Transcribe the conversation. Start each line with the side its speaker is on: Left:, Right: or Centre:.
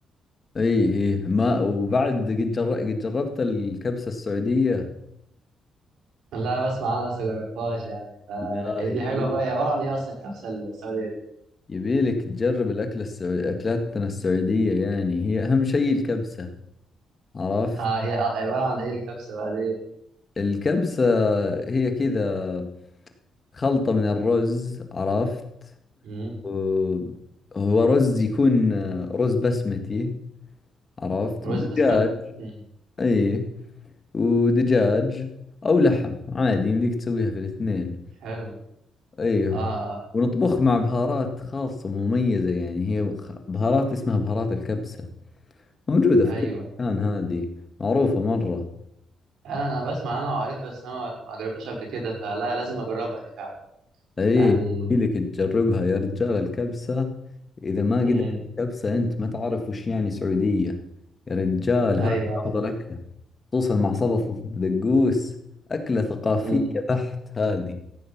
Left: ايه ايه ما وبعد قد جر... قد جربت الكبسة السعودية
Right: لا بسمع انا بس مجربتهاش يعني فا
Left: لا
Right: إيه دي
Left: يبي
Right: حلوه بقى هي عباره عن ايه اصلا الكبسه السعوديه دي
Left: يبيلك تجرب الأكلة السعودية أكلاتنا السعودية يعني هي أهم شيء الكبسة عرفت
Right: آه هي عباره عن ايه الكبسه بقى دي
Left: الكبسة هي كذا خلطة من الرز عرفت
Right: مم.
Left: و- هو رز يكون رز بسمتي عرفت
Right: رز
Left: ودجاج
Right: بسمتي مم.
Left: أي ودجاج أو لحم عادي يمديك تسويها في الاثنين
Right: حلو
Left: أيه
Right: اه آه،
Left: ونطبخ مع بهارات خاصة مميزة يعني هي خ- بهارات اسمها بهارات الكبسة موجودة في
Right: ايوه
Left: كل مكان هذه معروفة مرة
Right: انا انا بسمع انا وعارفها بس انا ما ما جربتهاش قبل كده فلا لازم اجربها دي فعلا
Left: اي
Right: يعني
Left: لك تجربها يا رجال الكبسة اذا ما قد
Right: مم.
Left: أكلت كبسة انت ما تعرف وش يعني سعودية يا رجال
Right: ايوه
Left: هذه افضل
Right: ايوه
Left: اكلة خصوصا مع سلطة الدقوس اكلة ثقافية
Right: مم.
Left: بحت هذه